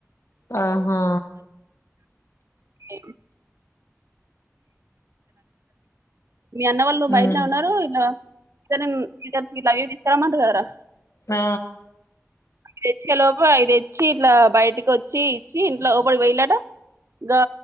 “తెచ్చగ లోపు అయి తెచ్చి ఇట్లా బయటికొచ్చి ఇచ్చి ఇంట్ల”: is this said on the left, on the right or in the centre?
Right